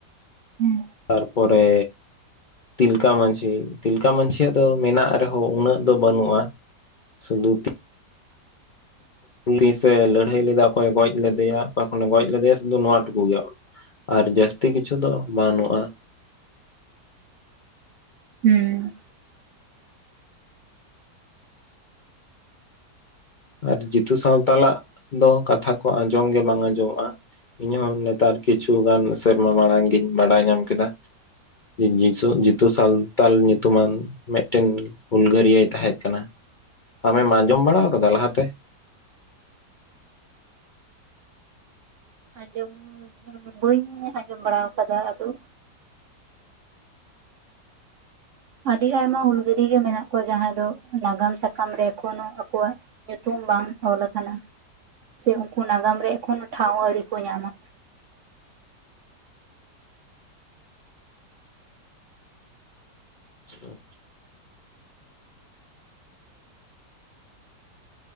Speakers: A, on the right; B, on the left.
A: ᱦᱮᱸ
B: ᱛᱟᱨᱯᱚᱨᱮᱼᱼ ᱛᱤᱞᱠᱟ ᱢᱟᱺᱡᱷᱤ ᱛᱤᱞᱠᱟ ᱢᱟᱹᱡᱷᱤᱭᱟᱜ ᱫᱚ ᱢᱮᱱᱟᱜ ᱨᱮᱦᱚᱸ ᱩᱱᱟᱹᱜ ᱫᱚ ᱵᱟᱹᱱᱩᱜᱼᱟ᱾ ᱥᱫᱚᱛᱼᱼ <inaudible> ᱞᱟᱹᱲᱦᱟᱹᱭ ᱞᱮᱫᱟ ᱚᱠᱚᱭᱮ ᱜᱚᱡ ᱞᱮᱫᱮᱭᱟ ᱚᱠᱟ ᱠᱷᱚᱱᱮ ᱜᱚᱡ ᱞᱮᱫᱮᱭᱟ ᱥᱩᱫᱷᱩ ᱱᱚᱣᱟ ᱴᱩᱠᱩ ᱜᱮᱼᱼ ᱟᱨ ᱡᱟᱹᱥᱛᱤ ᱠᱤᱪᱷᱩ ᱫᱚ ᱵᱟᱹᱱᱩᱜᱼᱟ᱾
A: ᱦᱚᱸ
B: ᱟᱨ ᱡᱤᱛᱩ ᱥᱟᱶᱛᱟᱞᱟᱜ ᱫᱚ ᱠᱟᱛᱷᱟ ᱠᱚ ᱟᱸᱡᱚᱢ ᱜᱮ ᱵᱟᱝ ᱟᱸᱡᱚᱢᱚᱜᱼᱟ᱾ ᱤᱧ ᱦᱚ ᱱᱮᱛᱟᱨ ᱠᱤᱪᱷᱩᱜᱟᱱ ᱥᱮᱨᱢᱟ ᱢᱟᱲᱟᱝ ᱜᱤᱧ ᱵᱟᱲᱟᱭ ᱧᱟᱢ ᱠᱮᱫᱟ᱾ ᱡᱤᱥᱩ ᱡᱤᱛᱩ ᱥᱟᱱᱛᱟᱞ ᱧᱩᱛᱩᱢᱟᱱ ᱢᱤᱫᱴᱮᱱ ᱦᱩᱞᱜᱟᱹᱨᱤᱭᱟᱹᱟᱭ ᱛᱟᱦᱮᱸ ᱠᱟᱱᱟ᱾ ᱟᱢᱮᱢ ᱟᱸᱡᱚᱢ ᱵᱟᱲᱟᱣ ᱟᱠᱟᱫᱟ ᱞᱟᱦᱟᱛᱮᱼᱼ
A: ᱟᱸᱡᱚᱢ ᱵᱟᱹᱧ ᱟᱸᱡᱚᱢ ᱵᱟᱲᱟᱣ ᱟᱠᱟᱫᱟ ᱟᱫᱚᱼᱼ ᱟᱹᱰᱤ ᱟᱭᱢᱟ ᱦᱩᱞᱜᱟᱹᱨᱤᱭᱟᱹ ᱜᱮ ᱢᱮᱱᱟᱜ ᱠᱚᱣᱟ ᱡᱟᱦᱟᱸᱭ ᱫᱚ ᱱᱟᱜᱟᱢ ᱥᱟᱠᱟᱢ ᱨᱮᱠᱷᱱᱚ ᱟᱠᱚᱣᱟᱜᱼᱼ ᱧᱩᱛᱩᱢ ᱵᱟᱝ ᱚᱞ ᱟᱠᱟᱱᱟ ᱥᱮ ᱩᱱᱠᱩ ᱱᱟᱜᱟᱢ ᱨᱮ ᱮᱠᱷᱚᱱ ᱴᱷᱟᱶ ᱟᱹᱣᱨᱤ ᱠᱚ ᱧᱟᱢᱟ᱾
B: <unintelligible>